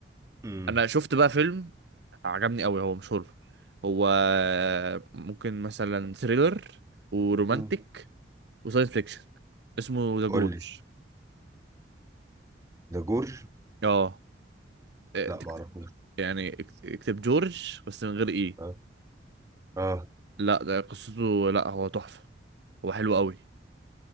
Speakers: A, on the right; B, on the right.
A: امم
B: انا شفت بقى فيلم عجبني قوي هو مش هورر هو ممكن مثلا ثريلر ورومانتك
A: أمم.
B: وساينس فيكشن اسمه ذا جورج
A: قول لي ده جور
B: اه إيه،
A: لا
B: تكت-
A: ما اعرفوش
B: يعني اكت- اكتب جورج بس من غير ايه
A: اه اه
B: لا ده قصته لا هو تحفه هو حلو قوي